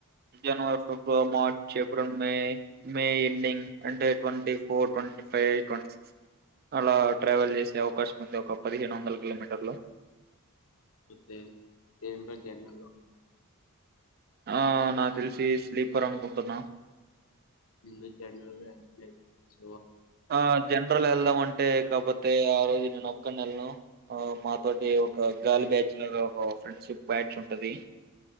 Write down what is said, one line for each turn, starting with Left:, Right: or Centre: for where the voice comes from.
Right: జనవరి, ఫిబ్రవరి, మార్చ్, ఏప్రిల్, మే, మే ఎండింగ్ అంటే twenty four twenty five twenty six అలా ట్రావెల్ చేసే అవకాశం ఉంది ఒక పదిహేను వందల కిలోమీటర్లు
Left: <unintelligible> జన్రల్లో
Right: ఆ నాకు తెలిసి స్లీపర్ అనుకుంటున్నా
Left: ఇందు జనరల్ లో <unintelligible>
Right: ఆ జనరల్ ఎల్దామంటె కబో తే ఆ రోజు నేను ఒక్కన్ నెల్ను ఆ మాతోటి ఒక గాలి బ్యాచ్ లాగా ఒక ఫ్రెండ్షిప్ బ్యా ఎచ్ ఉంటదీ